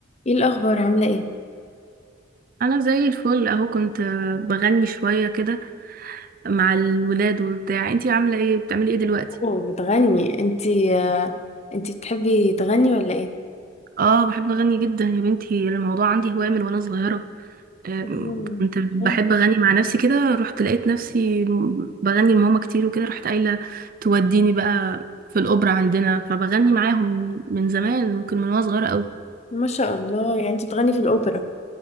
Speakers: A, on the left; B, on the right.
A: ايه الاخبار عامله ايه
B: انا زي الفل اهو كنت آه، بغني شوية كده مع الولاد وبتاع انتي عاملة ايه بتعملي ايه دلوقتي
A: اوه بتغني انتي آه، انتي بتحبي تغني ولا ايه
B: اه بحب اغني جدا يا بنتي الموضوع عندي هواية من وانا صغيرة آم،
A: مم،
B: كنت بحب
A: حلو
B: اغني مع نفسي كده رحت لقيت نفسي بغني لماما كتير وكده رحت قايلة توديني بقى في الاوبرا عندنا فبغني معاهم من زمان ممكن من وانا صغيرة قوي
A: ما شاء الله يعني انتي بتغني في الاوبرا